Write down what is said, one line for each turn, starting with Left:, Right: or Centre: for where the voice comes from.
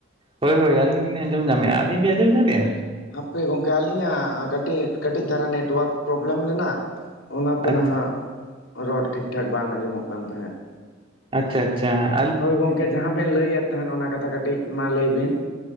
Right: ᱦᱳᱭ ᱦᱳᱭ ᱟᱹᱞᱤᱧ ᱫᱚᱞᱤᱧ ᱟᱸᱡᱚᱢ ᱧᱟᱢᱮᱜᱼᱟ, ᱟᱹᱵᱤᱱ ᱵᱤᱱ ᱟᱸᱡᱚᱢ ᱧᱟᱢᱮᱜᱼᱟ?
Left: ᱦᱟᱯᱮ ᱜᱚᱢᱠᱮ ᱟᱹᱞᱤᱧᱟᱜ, ᱠᱟᱹᱴᱤᱡ ᱠᱟᱹᱴᱤᱡ ᱫᱷᱟᱨᱟ ᱱᱮᱴᱣᱟᱨᱠ ᱯᱨᱚᱵᱞᱮᱢ ᱞᱮᱱᱟ ᱾ ᱚᱱᱟᱛᱮ
Right: ᱟᱪᱪᱷᱟ
Left: ᱱᱟᱦᱟᱸᱜ ᱨᱚᱲ ᱴᱷᱤᱠ ᱴᱷᱟᱠ ᱵᱟᱝ ᱟᱸᱡᱚᱢᱚᱜ ᱠᱟᱱ ᱛᱟᱦᱮᱸᱫ ᱾
Right: ᱟᱪᱪᱷᱟ ᱟᱪᱪᱷᱟ ᱾
Left: ᱦᱳᱭ ᱜᱚᱝᱠᱮ ᱡᱟᱦᱟᱸ ᱵᱮᱱ ᱞᱟᱹᱭᱮᱫ ᱛᱟᱦᱮᱱ ᱚᱱᱟ ᱠᱟᱛᱷᱟ ᱠᱟᱹᱴᱤᱡ ᱢᱟ ᱞᱟᱹᱭ ᱵᱤᱱ ᱾